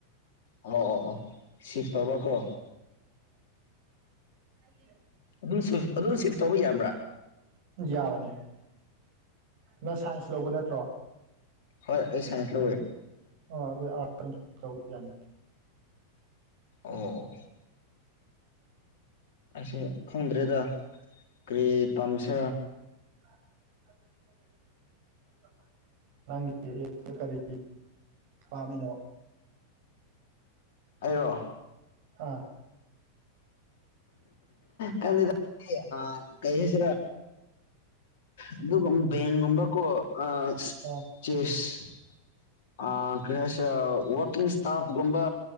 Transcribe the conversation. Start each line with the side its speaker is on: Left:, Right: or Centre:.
Left: ꯑꯣ ꯑꯣ ꯑꯣ ꯁꯤꯐ ꯇꯧꯕ ꯀꯣ꯫
Right: ꯍꫭꯏ꯫
Left: ꯑꯗꯨꯝꯐ ꯑꯗꯨꯝ ꯁꯤꯐ ꯇꯧꯕ ꯌꯥꯕ꯭ꯔꯥ
Right: ꯌꯥꯕꯅꯤ ꯅꯪ ꯁꯥꯏꯟꯁ ꯂꯧꯕ ꯅꯠꯇ꯭ꯔꯣ꯫
Left: ꯍꯣꯏ ꯑꯩ ꯁꯥꯏꯟꯁ ꯂꯧꯋꯦ꯫
Right: ꯑ ꯑꯗꯨ ꯆꯅꯤ
Left: ꯑꯣ ꯑꯁꯤꯁꯦ ꯈꯪꯗ꯭ꯔꯦꯗ ꯀ꯭ꯔꯤ ꯇꯝꯁꯤ
Right: ꯑ ꯂꯩꯕꯅꯤ ꯅꯪ ꯀꯔꯤ ꯄꯥꯃꯤꯅꯣ
Left: ꯑꯔꯣ
Right: ꯑꯥ
Left: ꯀꯗ ꯑ ꯀꯩ ꯍꯥꯏꯁꯤꯔ ꯑꯗꯨ ꯕꯒꯨꯝꯕ ꯀ‌ꯣ ꯑꯥ
Right: ꯑꯥ
Left: ꯆꯤꯁ ꯑꯥ <unintelligible> ꯋꯥꯔꯀꯤꯡ ꯏꯁꯇꯥꯐꯀꯨꯝꯕ